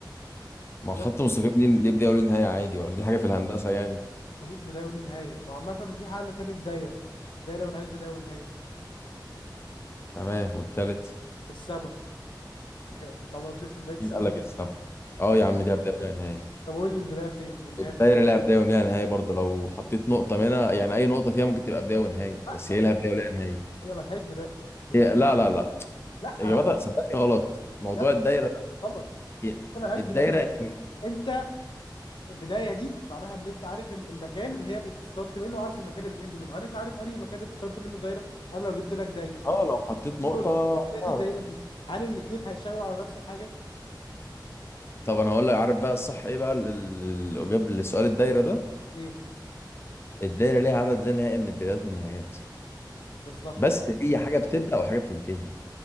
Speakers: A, on the left (about 30°); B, on the left (about 80°).
A: ما الخط
B: يس
A: المستقيم ليه ليه بداية وليه نهاية عادي ولا دي حاجة في الهندسة يعني
B: ملوش بداية وليه نهاية وعامة في حل تاني الدايرة الدايرة ملهاش بداية ونهاية
A: تمام والتالت
B: السما <laughs> انت عمرك شفت بداية السما
A: مين قال لك السما اه
B: انت
A: يا عم ليها بداية وليها نهاية
B: طب قول لي البداية فين والنهاية
A: والدايرة
B: فين
A: ليها بداية وليها نهاية برضه لو حطيت نقطة منها يعني أي نقطة فيها ممكن تبقى بداية ونهاية
B: لا
A: بس
B: ما-
A: هي لها بداية وليها نهاية
B: هي ملهاش بداية بداية
A: هي
B: ون-
A: لا لا لا
B: لا
A: إجابتها صدقني غلط موضوع
B: يا ابني
A: الدايرة ده
B: غلط
A: هي-
B: هي ملهاش
A: الدايرة
B: بداية ونهاية
A: أنت من-
B: انت البدايه دي معناها ان انت عارف ان المكان اللي هي بتستارت منه وعارف المكان اللي بتاند منه هل انت عارف انهي المكان اللي بتستارت منه دايره انا لو جبت لك دايره
A: اه لو حطيت نقطة
B: قلت لك
A: تعرف
B: الدايره دي هل الاثنين هيشاوروا على نفس الحاجه
A: طب أنا هقول لك عارف بقى الصح إيه بقى ال- ال- الإجابة لسؤال الدايرة ده
B: ايه
A: الدايرة ليها عدد لا نهائي من البدايات والنهايات
B: بالظبط
A: بس
B: ما هي
A: هي حاجة بتبدأ وحاجة بتنتهي